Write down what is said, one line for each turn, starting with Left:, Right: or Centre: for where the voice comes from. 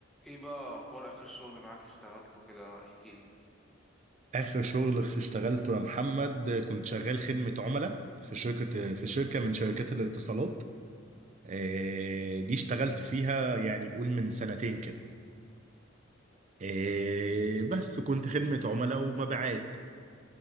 Centre: ايه بقى اخبار اخر شغل معاك اشتغلته كده احكي لي
Right: اخر شغل اشتغلته يا محمد كنت شغال خدمة عملاء في شركة في شركة من شركات الاتصالات آه، دي اشتغلت فيها يعني قول من سنتين كده آه، بس كنت خدمة عملاء ومبيعات